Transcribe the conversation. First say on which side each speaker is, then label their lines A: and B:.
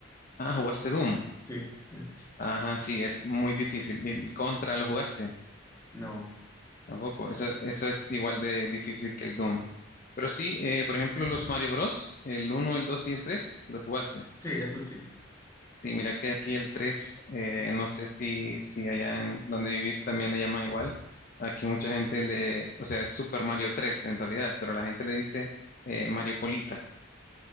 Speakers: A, on the left; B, on the left.
A: Ah, jugaste Doom.
B: Sí, <laughs>
A: Ajá, sí, es muy difícil. ¿Y el Contra lo jugaste?
B: no.
A: Tampoco, eso, eso es igual de difícil que el Doom. Pero sí, eh, por ejemplo, los Mario Bros, el uno el 2 y el 3 los jugaste.
B: Sí, eso sí.
A: Sí, mira que aquí el 3, eh, no sé si, si allá en donde vivís también le llaman igual. Aquí mucha gente le, o sea, es Super Mario tres en realidad, pero la gente le dice eh, Mario Colitas.